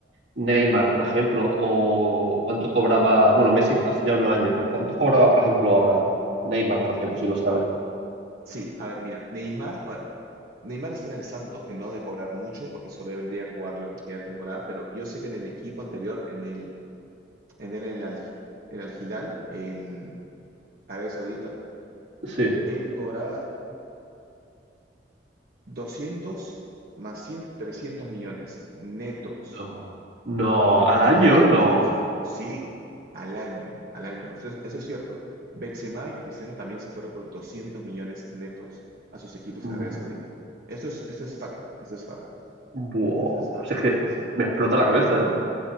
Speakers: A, on the right (about 85°); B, on the right (about 55°).
A: Neymar, por ejemplo, o cuánto cobraba, bueno, Messi hace ya unos años, pero cuánto cobraba, por ejemplo, ahora Neymar, por ejemplo, si lo sabes.
B: sí. A ver, mira, Neymar, a ver, Neymar está en el Santos, que no de cobrar mucho, porque solo vendría a jugar lo que queda de temporada, pero yo sé que en el equipo anterior, en el, en el, el, Al- el Al Hilal, en Arabia Saudita,
A: Sí.
B: él cobraba 200 más 100, 300 millones netos.
A: No. No, al
B: Netos,
A: año no.
B: sí, al año, al año. Eso es, eso es cierto. Benzema y Cristiano también se fueron por 200 millones netos a sus equipos
A: Mm,
B: en Arabia Saudita. Esto es, esto es fact, esto es fact,
A: Buah,
B: esto es fact.
A: si es que
B: Sí,
A: me explota la cabeza, ¿eh?